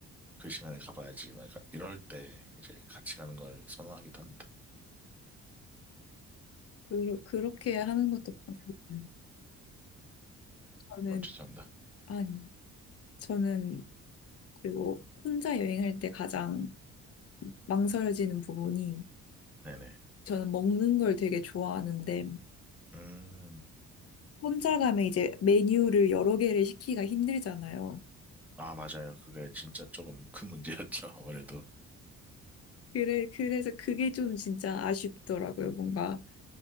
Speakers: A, in the centre; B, on the left (about 50°).
A: 그 시간에 가봐야지. 막 약간 이럴 때 이제 같이 가는 걸 선호하기도 합니다.
B: 그, 그렇게 하는 것도 방법이에요. 저는,
A: 어, 추천합니다.
B: 아니, 저는 그리고 혼자 여행할 때 가장 망설여지는 부분이
A: 네네.
B: 저는 먹는 걸 되게 좋아하는데
A: 음,
B: 혼자 가면 이제 메뉴를 여러 개를 시키기가 힘들잖아요.
A: 아, 맞아요. 그게 진짜 조금 큰 문제였죠, 아무래도.
B: 그래, 그래서 그게 좀 진짜 아쉽더라고요. 뭔가